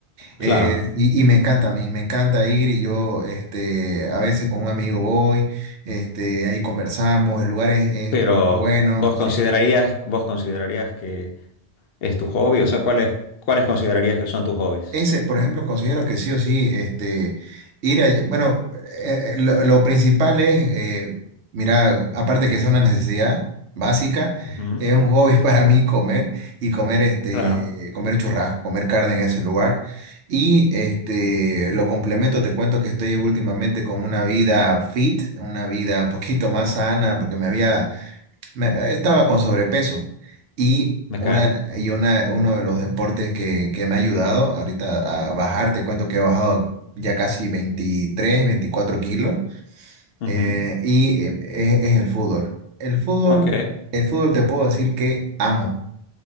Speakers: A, on the right (about 90°); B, on the left (about 65°).
A: Eh,
B: Claro,
A: y, y me encanta, me, me encanta ir y yo este, a veces con un amigo voy, este, ahí conversamos, el lugar es, es-
B: pero
A: es muy bueno,
B: vos
A: sí.
B: considerarías, vos considerarías que es tu hobby, o sea, ¿cuáles, cuáles considerarías que son tus hobbies?
A: Ese, por ejemplo, considero que sí o sí, este, ir a, bueno, eh, eh, lo, lo principal es, eh, mira, aparte que es una necesidad básica,
B: Ujú.
A: es un hobby <laughs> para mí comer y comer, este,
B: Claro,
A: comer churrasco, comer carne en ese lugar. Y este, lo complemento, te cuento que estoy últimamente con una vida fit, una vida un poquito más sana, porque me había me- estaba con sobrepeso y,
B: me
A: una,
B: cae.
A: de la- y una, uno de los deportes que, que me ha ayudado ahorita a bajar, te cuento que he bajado ya casi 23 veinticuatro kilos
B: Ujú.
A: eh, y eh, es, es el fútbol. El fútbol,
B: Ok,
A: el fútbol te puedo decir que amo,